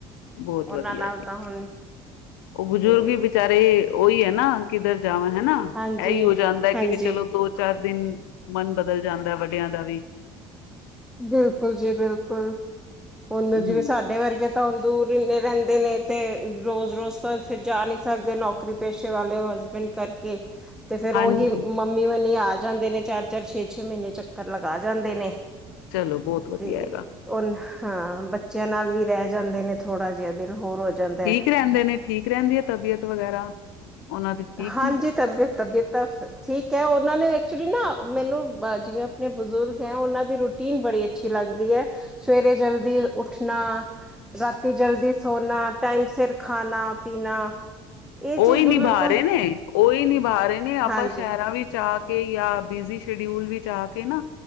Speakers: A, on the left; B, in the centre.
A: ਬਹੁਤ
B: ਉਹਨਾਂ
A: ਵਧੀਆ
B: ਨਾਲ
A: ਜੀ,
B: ਤਾਂ ਹੁਣ।
A: ਉਹ ਬਜ਼ੁਰਗ
B: ਤੇ
A: ਹੀ ਬੀਚਾਰੇ ਉਹੀ ਹੈ ਨਾ, ਕਿੱਧਰ ਜਾਵਨ ਹੈਨਾ।
B: ਹਾਂਜੀ
A: ਇਹੀ ਹੋ ਜਾਂਦਾ
B: ਹਾਂਜੀ
A: ਕਿ ਵੀ ਚਲੋ, ਦੋ-ਚਾਰ ਦਿਨ ਮਨ ਬਦਲ ਜਾਂਦਾ ਵੱਡਿਆਂ ਦਾ ਵੀ।
B: ਬਿਲਕੁਲ ਜੀ, ਬਿਲਕੁਲ। ਹੁਨ
A: ਹੂੰ,
B: ਜਿਵੇਂ ਸਾਡੇ ਵਰਗੇ ਤਾਂ ਦੂਰ ਇੰਨੇ ਰਹਿੰਦੇ ਨੇ, ਤੇ ਰੋਜ਼-ਰੋਜ਼ ਤਾਂ ਫਿਰ ਜਾ ਨਹੀਂ ਸਕਦੇ। ਨੌਕ ਕਰੀ ਪੇਸ਼ੇ ਵਾਲੇ ਹਸਬੈਂਡ ਕਰਕੇ, ਤੇ ਫਿਰ
A: ਹਾਂਜੀ।
B: ਉਹੀ ਮੰਮੀ ਮੰਮੀ ਓਨੀ ਆ ਜਾਂਦੇ ਨੇ ਚਾਰ-ਚਾਰ, ਛੇ-ਛੇ ਮਹੀਨੇ ਚੱਕਰ ਲਗਾ ਜਾਂਦੇ ਨੇ।
A: ਚਲੋ ਬਹੁਤ ਵਧੀਆ
B: ਤੇ,
A: ਹੈਗਾ,
B: ਓਨ, ਹਾਂ ਬੱਚਿਆਂ ਨਾਲ ਵੀ ਰਹਿ ਜਾਂਦੇ ਨੇ ਥੋੜਾ ਜਿਹਾ ਦਿਲ ਹੋਰ ਹੋ ਜਾਂਦਾ
A: ਠੀਕ ਰਹਿੰਦੇ ਨੇ? ਠੀਕ ਰਹਿੰਦੀ ਹੈ, ਤਬੀਅਤ ਵਗੈਰਾ? ਉਹਨਾਂ ਦੀ ਠੀਕ
B: ਹਾਂਜੀ,
A: ਨੀ?
B: ਤਬੀਅਤ-ਤਬੀਅਤ ਤਾਂ ਠੀਕ ਹੈ। ਉਹਨਾਂ ਨੇ ਐਕਚੁਲੀ ਨਾ ਮੈਨੂੰ ਜਿਵੇਂ ਜ ਬਜ਼ੁਰਗ ਹੈ ਉਹਨਾਂ ਦੀ ਰੂਟੀਨ ਬੜੀ ਅੱਛੀ ਲੱਗਦੀ ਹੈ, ਸਵੇਰੇ ਜਲਦੀ ਉੱਠਣਾ ਰਾਤੀ ਜਲਦੀ ਸੋਨਾ, ਟਾਈਮ ਸਿਰ ਖਾਣਾ-ਪੀਣਾ, ਇਹ ਚੀਜ਼
A: ਉਹੀ
B: ਬਜ਼ੁਰਗ
A: ਨਿਭਾ ਨੇ ਨਹੀਂ, ਉਹੀ ਨਿਭਾ ਰਹੇ ਨੇ ਆਪਾਂ
B: ਹਾਂਜੀ
A: ਸ਼ਹਿਰ ਆ ਵਿੱਚ ਆ ਕੇ ਜਾਂ ਬਿਜ਼ੀ ਸ਼ਡਿਊਲ ਵਿੱਚ ਆ ਕੇ ਨਾ,